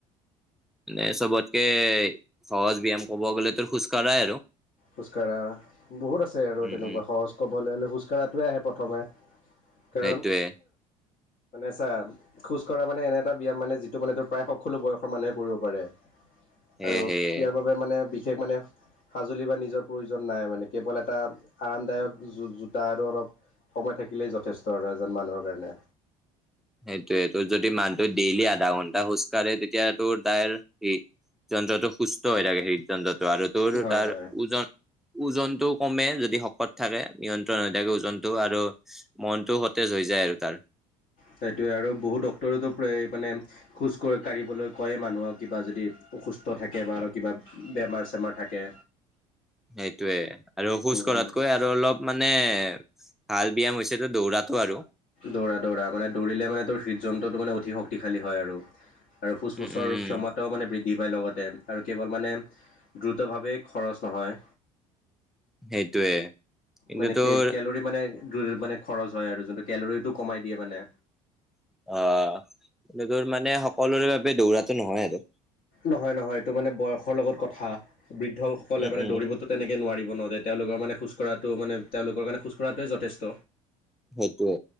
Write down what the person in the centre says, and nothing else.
এ চবতকে সহজ ব্যয়াম কব গ'লেতো খোজ কঢ়াই আৰু
উম
উম
সেইটোয়ে
সেয়ে
সেয়ে
সেইটোয়ে তোৰ যদি মানহটো ডেইলি আধা ঘন্টা খোজকাঢ়ে তেতিয়া তোৰ তাইৰ স যন্ত্ৰটো সুস্থ হৈ থাকে হৃদ যন্ত্ৰটো আৰু তোৰ
তাৰ
ওজন ওজনটো কমে যদি শকত থাকে নিয়ন্ত্ৰণ হৈ থাকে ওজনটো আৰু মনটো সতেজ হৈ যায় আৰু তাৰ
সেইটোয়ে আৰু খোজ
কঢ়াতকৈ আৰু অলপ মানে ভাল ব্যায়াম হৈছেতো দৌৰাটো আৰু
উম
উম উম
সেইটোয়ে কিন্তু
তোৰ
অ কি তোৰ মানে সকলোৰে বাবে দৌৰাতো নহয় আৰু
উম
উম
সেইটোয়ে